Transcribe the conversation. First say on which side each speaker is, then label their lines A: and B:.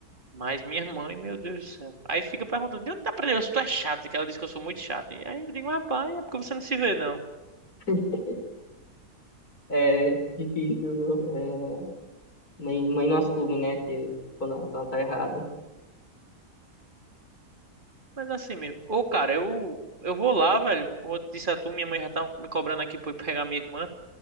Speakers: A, on the right (about 30°); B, on the left (about 70°).
A: mas minha mãe, meu Deus do céu. Aí fica perguntando, de onde dá aprendendo? Se tu é chato, que ela disse que eu sou muito chato. E aí eu digo, rapaz, é porque você não se vê, não.
B: <laughs> é difícil, é, mãe, mãe não assume, né, que quando, ela- quando ela tá errada.
A: Mas assim mesmo. Ô, cara, eu, eu vou lá, velho. Como eu disse a tu, minha mãe já tá me cobrando aqui pra eu pegar minha irmã.